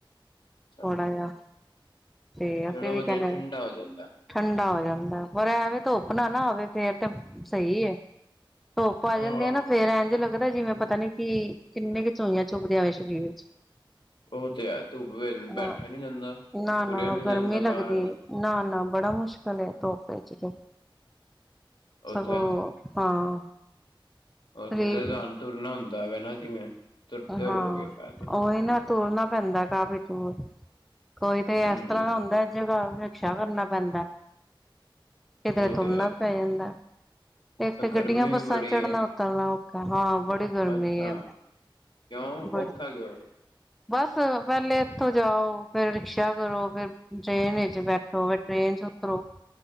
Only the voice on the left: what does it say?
ਅੱਛਾ
ਚਲੋ
ਵਧੀਆ
ਠੰਡਾ ਹੋ ਜਾਂਦਾ
ਹਾਂ
ਓ ਤੇ ਹੈ ਧੁੱਪ ਵੇੰ ਬੈਠਿਆ
ਨੀ ਜਾਂਦਾ,
ਤੁਰਿਆ
ਨੀ
ਜਾਂਦਾ
ਬਾਅਰ
ਉੱਥੇ
ਓਥੇ
ਤਾਂ ਤਾਨ ਤੁਰਨਾ ਹੁੰਦਾ ਵਾਂ ਨਾ ਜਿਵੇਂ। ਤੁਰਤੇ
ਹੋ ਗਏ ਪੈਦਲ
ਹਾਂਜੀ
ਉਹ
ਤੇ ਹੈ
ਗਰਮੀ
ਵੀ ਬੜੀ
ਹੈ
ਅੱਛਾ
ਕਿਉਂ
ਔਖਾ ਕਿਉ?